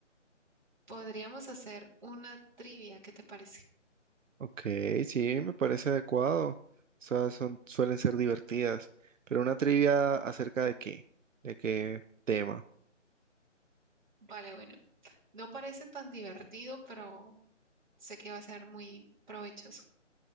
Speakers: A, on the right; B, on the right.
A: Podríamos hacer una trivia, ¿qué te parece?
B: Ok, sí, me parece adecuado. Esas son, suelen ser divertidas, pero una trivia acerca de qué, de qué tema.
A: Vale, bueno, no parece tan divertido, pero sé que va a ser muy provechoso.